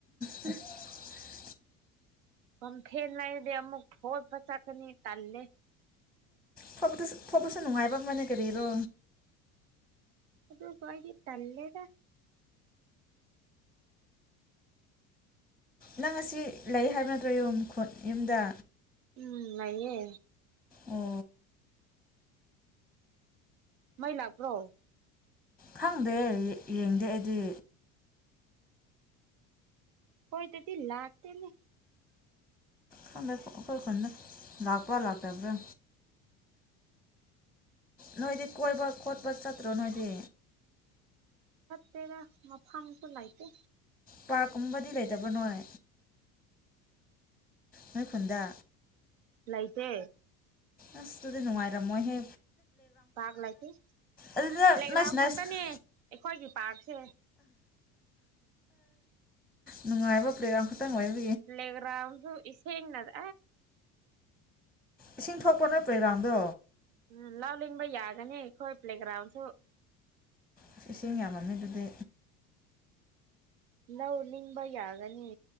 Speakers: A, in the centre; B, on the right.
A: <inaudible>
B: ꯑꯣ <unintelligible> ꯍꯦꯅꯗꯤ ꯑꯃꯨꯛ ꯐꯣꯠ ꯆꯀꯅꯤ ꯇꯜꯂꯦ
A: ꯊ ꯊꯞꯄꯁꯨ ꯅꯅꯨꯡꯉꯥꯏꯕ ꯃꯅꯒꯔꯔꯣ
B: ꯑꯗꯨꯗ ꯐꯏꯒꯤ ꯇꯂꯦꯗ
A: ꯅꯪ ꯑꯁꯤ ꯂꯩ ꯍꯥꯏꯕ ꯅꯠꯇ꯭ꯔꯣ ꯌꯨꯝ ꯈꯨꯠ ꯌꯗ
B: ꯎꯝ ꯅꯌꯦ
A: ꯑꯣ
B: ꯃꯩ ꯂꯥꯛꯄ꯭ꯔꯣ
A: ꯈꯪꯗꯦ ꯌꯦꯡꯗꯦ ꯑꯩꯗꯤ
B: ꯍꯣꯏ ꯇꯗꯤ ꯂꯥꯛꯇꯅꯦ
A: ꯈꯃꯦ ꯑꯩꯣꯏ ꯈꯣꯟꯅ ꯂꯥꯛꯄ ꯂꯥꯛ ꯇ ꯄꯨꯔ ꯅꯣꯏꯗꯤ ꯀꯣꯏꯕ ꯈꯣꯠꯄ ꯆꯠꯇ꯭ꯔꯣ ꯅꯣꯏꯗꯤ
B: ꯆꯔ ꯃ ꯐ ꯃꯁꯨ ꯂꯥꯏꯇꯦ
A: ꯄꯥꯔ ꯀꯨꯝꯕꯗꯤ ꯂꯩꯇꯕ ꯅꯣꯏ ꯅꯣꯏ ꯈꯨꯨꯟꯗ
B: ꯂꯥꯏꯇ
A: ꯑꯁ ꯑꯗꯨꯗꯤ ꯅꯅꯨꯡꯉꯥꯏꯔ ꯃꯣꯏ ꯍꯦ
B: ꯄꯥꯔꯛ ꯂꯩꯇꯦ
A: ꯑꯗꯨꯗ
B: ꯄ꯭ꯂꯦꯒ꯭ꯔꯥꯎꯟ
A: ꯅꯁ ꯅꯁ
B: ꯈꯛꯇꯅꯦ ꯑꯩꯈꯣꯏꯒꯤ ꯄꯥꯔꯛꯁꯦ
A: ꯅꯨꯡꯉꯥꯏꯕ ꯄ꯭ꯔꯦꯒ꯭ꯔꯝ ꯈꯛꯇꯪ ꯑꯣꯢ
B: ꯂ꯭ꯂꯦꯒ꯭ꯔꯥꯟꯁꯨ ꯏꯁꯤꯡꯅꯗ
A: ꯏꯁꯤꯡ ꯊꯣꯛꯄ ꯅꯣꯢ ꯄ꯭ꯔꯦꯒ꯭ꯔꯥꯟꯗꯣ
B: ꯎ ꯂꯥꯎꯂꯤꯕꯩ ꯌꯥꯒꯅꯤ ꯈꯣꯏ ꯄ꯭ꯂꯦꯒ꯭ꯥꯔꯟ ꯁꯨ
A: ꯑ ꯏꯁꯤꯡ ꯌꯥꯝꯃꯃꯦ ꯑꯗꯨꯗꯤ
B: ꯂꯧ ꯂꯤꯡꯕ ꯌꯥꯒꯅꯤ